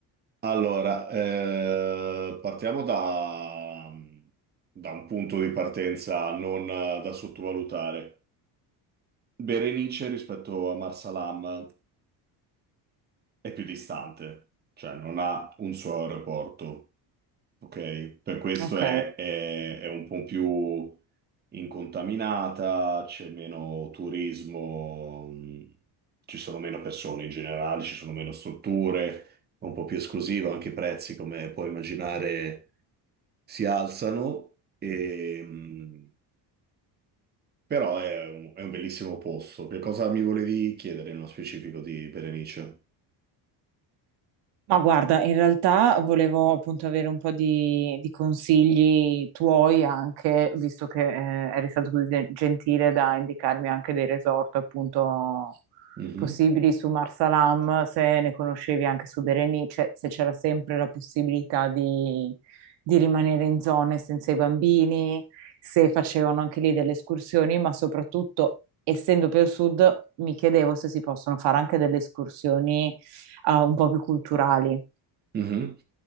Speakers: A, on the right; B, on the right.
A: allora, eh, partiamo da, da un punto di partenza non eh, da sottovalutare. Berenice rispetto a Marsalam è più distante, cioè non ha un suo aeroporto. Ok, per
B: <laughs>
A: questo
B: Ok.
A: è, è- è un po' più incontaminata, c'è meno turismo, mh, ci sono meno persone in generale, ci sono meno strutture, è un po' più esclusivo, anche i prezzi, come puoi immaginare, si alzano, e, mh, però è un, è un bellissimo posto. Che cosa mi volevi chiedere nello specifico di Berenice?
B: Ma guarda, in realtà volevo appunto avere un po' di, di consigli tuoi anche, visto che eh, eri stato così de- gentile da indicarmi anche dei resort appunto
A: Mhm,
B: possibili su Marsalam, se ne conoscevi anche su Berenice, se c'era sempre la possibilità di, di rimanere in zone senza i bambini, se facevano anche lì delle escursioni, ma soprattutto, essendo più al sud, mi chiedevo se si possono fare anche delle escursioni ah, un po' più culturali.
A: mhm.